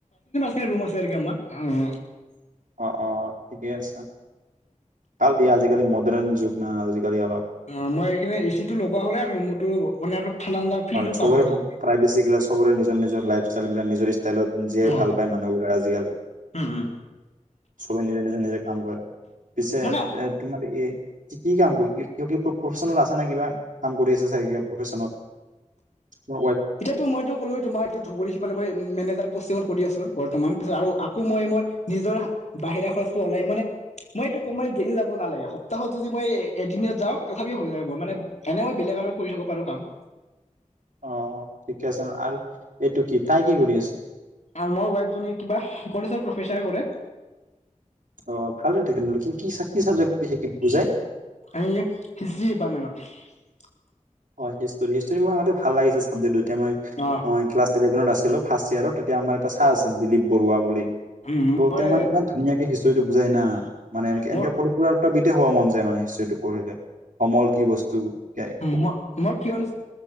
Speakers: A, on the left; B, on the right.
A: <unintelligible>
B: অ অ ঠিকে আছে ভাল দিয়া আজিকালি মডাৰ্ণ যুগ নহয় আজিকালি অলপ
A: অ মই এইখিনি এচি টো লগোৱা হলে আৰু ৰুমৰ টো মানে অলপ ঠাণ্ডা ঠাণ্ডা ফিলটো
B: হয় চবৰে
A: পাম আৰু
B: প্ৰাইভেচি গিলা চবৰে নিৰ নিজৰ লাইফষ্টাইল বিলাক নিজ ষ্টাইলত জীয়াই
A: অ
B: ভাল পায় মানুহবোৰা আজিকালি
A: উম উম
B: চবে নিজে নিজে নিজে নাম কৰা পিছে
A: মানে
B: এ তোমাৰ এই কি কাম কৰি ক প্ৰফেশচনত আছে নাই কিবা কাম কৰি আছে চাগ কিবা প্ৰফেচনত হয়।
A: এতিয়ো মইতো কলো তোমাৰ এইটো ধুবুৰীিফালে ম মেনেজাৰ পষ্টিত কৰি আছো বৰ্তমান। আৰু আকৌ মই মোৰ নিজৰ বাহিৰা খৰচটো ওলাই মানে মই এইটো কমাই গেলি যাব নালাগে সপ্তাহত যদি মই এদিনত যাওঁ তথাপি হৈ যায় মই মানে এনে মই বেলেগক কৰি থাকব পাৰো কাম।
B: অ', ঠিকে আছে আৰু এইটো কি তাই কি কৰি আছে?
A: আৰু মোৰ ৱাইফজনী কিবা কলেজৰ প্ৰফেচাৰ কৰে
B: অ ভাল তেখহলে কি কি কি চাবজেক্ পি বুজাই
A: হিষ্ট্ৰী ডিপাৰ্টমেণ্টত
B: হয় হিষ্টৰি হিষ্টৰি মোৰ আগতে ভাল লাগিছিল ছাবজেক্টটো তেতিয়া
A: অ
B: মই ক্লাছ ইলেভেনত আছিলো ললোঁ ফাষ্ট ইয়েৰত তেতিয়া আমাৰ এটা ছাৰ আছিল দিলীপ বৰুৱা বুলি ত'
A: উম মই
B: তেওঁ মানে ইমান ধুনিয়াকে হিষ্ট্ৰী হি বুজাই না মানে এন
A: মোৰ
B: এনেক পুৰা <unintelligible> মন যায় মানে হীষ্টৰিটো পঢ়িলে সমল কি বস্তু, যাই
A: ম মই ফিয়ান,